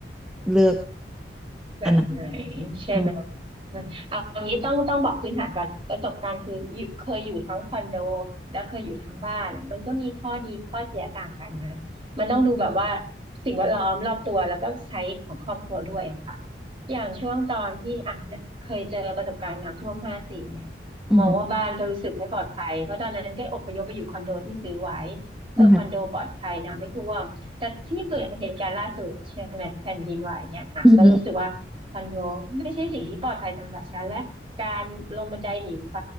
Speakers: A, in the centre; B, on the right (about 30°).
A: เลือก
B: แบบไหน
A: อันนั้น
B: ใช่ไหม
A: อืม
B: อืมเอาเอางี้ต้องต้องบอกพื้นฐานก่อนประสบการณ์คืออยู่เคยอยู่ทั้งคอนโดแล้วเคยอยู่ทั้งบ้านอะมันก็มีข้อดีข้อเสียต่างกันนะมันต้องดูแบบว่าสิ่งแวดล้อมรอบตัวแล้วก็ใช้ของครอบครัวด้วยอะค่ะอย่างช่วงตอนที่อ่ะเนี่ยเคยเจอประสบการณ์น้ำท่วมห้าสี่เนี่ย
A: อืม
B: มองว่าบ้านก็รู้สึกไม่ปลอดภัยเพราะตอนนั้นก็อพยพไปอยู่คอนโดที่ซื้อไว้ เออคอนโดปลอดภัยนะไม่ท่วมแต่ที่เกิดเหตุการณ์ล่าสุดใช่ไหมแผ่นดินไหวเนี่ยอ่ะก็รู้สึกว่าคอนโดไม่ใช่สิ่งที่ปลอดภัยสำหรับฉันและการลงบันไดหนีไฟ
A: อืมอืม